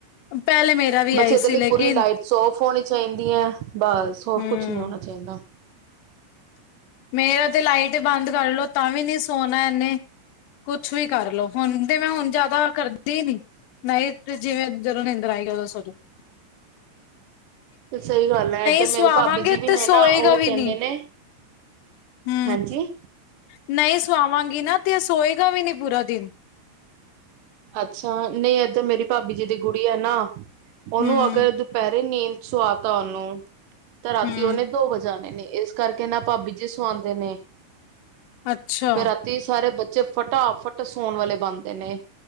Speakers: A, on the left; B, on the right.
A: ਪਹਿਲੇ ਮੇਰਾ ਵੀ ਆਈ
B: ਬਸੇਦੇ
A: ਸੀ
B: ਲਈ
A: ਲੇਕਿਨ
B: ਪੂਰੀ ਲਾਈਟ ਸ ਔਫ ਹੋਣੀ ਚਾਹੀਦੀਆਂ ਬਸ ਹੋਰ
A: ਹੂੰ
B: ਕੁਛ ਨੀ ਹੋਣਾ ਚਾਹੀਦਾ।
A: ਮੇਰਾ ਤੇ ਲਾਈਟ ਬੰਦ ਕਰਲੋ ਤਾਂ ਵੀ ਨੀ ਸੋਣਾ ਇਹਨੇ ਕੁਛ ਵੀ ਕਰਲੋ। ਹੁਣ ਤੇ ਮੈਂ ਹੁਣ ਜਿਆਦਾ ਕਰਦੀ ਨੀ ਨਹੀਂ। ਜਿਵੇਂ ਜਦੋਂ ਨਿੰਦਰ ਆਈ ਉਦੋਂ ਸੋ ਜਾਓ।
B: ਸਹੀ ਗੱਲ ਹੈ ਇਏਧਰ
A: ਸੁਆਵਾਂਗੇ
B: ਮੇਰੇ ਭਾਬੀ ਜੀ ਵੀ
A: ਤੇ
B: ਨੇ
A: ਸੋਏਗਾ
B: ਨਾ ਉਹ
A: ਵੀ
B: ਕਹਿੰਦੇ
A: ਨੀ
B: ਨੇ
A: ਹੂੰ
B: ਹਾਂਜੀ।
A: ਨਹੀਂ, ਸਵਾਵਾਂਗੀ ਨਾ ਤੇ ਸੋਏਗਾ ਵੀ ਨਹੀਂੀ ਪੂਰਾ ਦਿਨ।
B: ਅੱਛਾ, ਨਹੀਂ ਏਧਰ ਮੇਰੀ ਭਾਬੀ ਜੀ ਦੀ ਗੁੜੀਆ ਐਨਾ ਉਹਨੂੰ
A: ਹੂੰ
B: ਅਗਰ ਦੁਪਹਿਰ ਨੀਂਦ ਸੁਆ ਤਾ ਉਹਨੂੰ ਤੇ ਰਾਤੀ
A: ਹੂੰ
B: ਉਹਹਨੇ ਦੋ ਵਜਾ ਨੇ ਇਸ ਕਰਕੇ ਨਾ ਭਾਬੀ ਜੀ ਸਆਉਂਦੇ ਨੇ
A: ਅੱਛਾ
B: ਫੇਰ ਰਾਤੀ ਸਾਰੇ ਬੱਚੇ ਵਿੱਚ ਫਟਾ-ਫਟ ਸੌਣ ਵਾਲੇ ਬਣਦੇ ਨੇ।